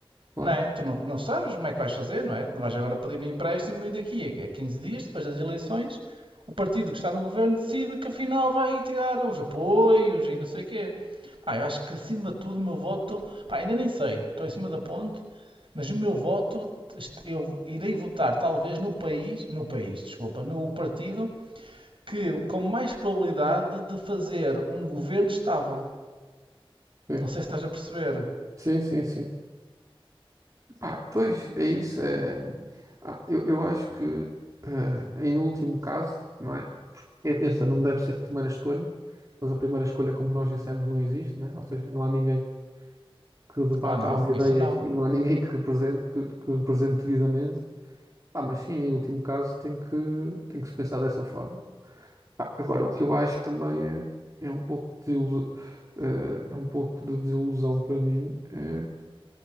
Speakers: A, on the right; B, on the right.
A: claro.
B: Não é? Tu não, não sabes como é que vais fazer, não é? Tu não vais agora pedir um empréstimo e daqui a 15 dias, depois das eleições, o partido que está no governo decide que afinal vai tirar os apoios e não sei o quê. Pá, eu acho que acima de tudo o meu voto. Pá, ainda nem sei, estou em cima da ponte, mas o meu voto, est- eu irei votar talvez no país, no país, desculpa, no partido que com mais probabilidade de fazer um governo estável.
A: Sim,
B: Não sei se estás a perceber.
A: sim, sim. sim. Epá, pois, é isso. é- Ah, eu, eu acho que, eh, em último caso, não é? E- Essa não deve ser a primeira escolha, mas a primeira escolha, como nós dissemos, não existe, né? Ou seja, não há ninguém que debata
B: Ah, não,
A: as ideias
B: isso não.
A: e não há ninguém que represente, que, que represente devidamente. Pá, mas sim, em último caso, tem que, tem que se pensar dessa forma. Pá, agora, o que eu acho também é, é um pouco de desilusão, é um pouco de desilusão para mim. É,